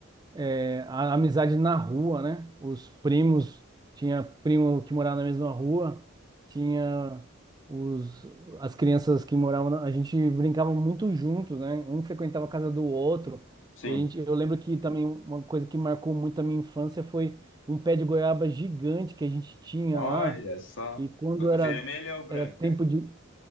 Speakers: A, on the right (about 20°); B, on the left (about 65°).
A: é, a amizade na rua, né? Os primos, tinha primo que morava na mesma rua, tinha os, as crianças que moravam, na- a gente brincava muito juntos, né? Um frequentava a casa do outro,
B: Sim.
A: e a gente, eu lembro que também uma coisa que marcou muito a minha infância foi um pé de goiaba gigante que a gente tinha
B: Olha
A: lá,
B: só.
A: e quando
B: Go- Vermelha
A: era,
B: ou branca?
A: era tempo de